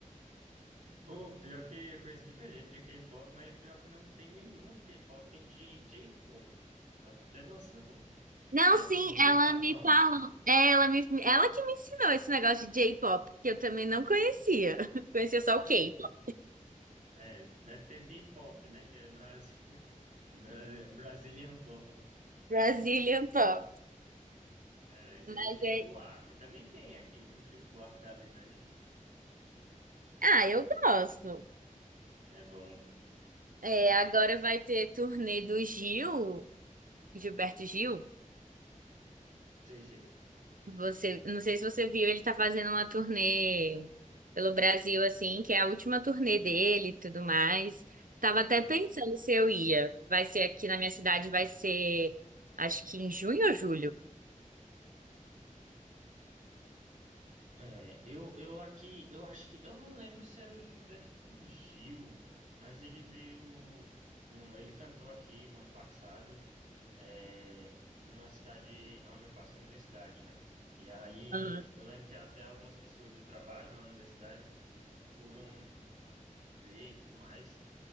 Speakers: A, on the right; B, on the right.
A: Pô, pior que eu conheço muita gente de K-pop, mas pior que não tem nenhum de K-pop, tem de J-pop, pra tu ter noção, <laughs>
B: Não,
A: que é
B: sim,
A: tipo do
B: ela
A: Japão.
B: me falou. é, Ela me, ela que me ensinou esse negócio de J-pop, que eu também não conhecia. <laughs> Conhecia só
A: É,
B: o K-pop.
A: é, deve ter B-pop, né, que é Brasil, <laughs> Brasil, Brazilian Pop.
B: Brazilian Pop.
A: É, aí seria
B: Mas
A: Chico
B: é.
A: Buarque. Também tem aqui o Chico Buarque da vida aí.
B: Ah, eu gosto.
A: É bom, pô.
B: É, agora vai ter turnê do Gil. Gilberto Gil,
A: Sei, sei.
B: você, não sei se você viu, ele tá fazendo uma turnê pelo Brasil, assim, que é a última turnê dele e tudo mais. Tava até
A: Uhum.
B: pensando se eu ia. Vai ser aqui na minha cidade, vai ser, acho que em junho ou julho.
A: É, eu, eu aqui, eu acho que, eu não lembro se era o Gilberto Gil, mas ele veio, não, ele cantou aqui o ano passado, é, numa cidade onde eu faço universidade, né? E aí
B: Aham.
A: eu lembro que até algumas pessoas do trabalho na universidade foram ver e tudo mais.